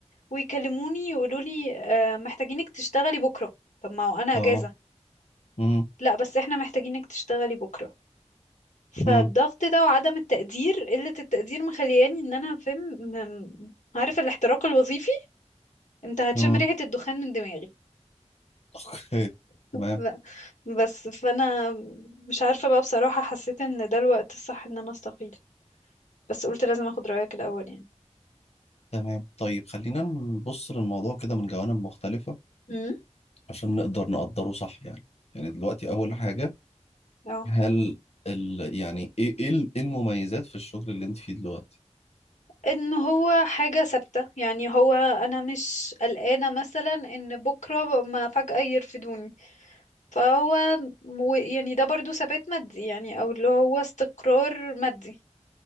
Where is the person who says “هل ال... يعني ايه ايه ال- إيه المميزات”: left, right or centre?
Left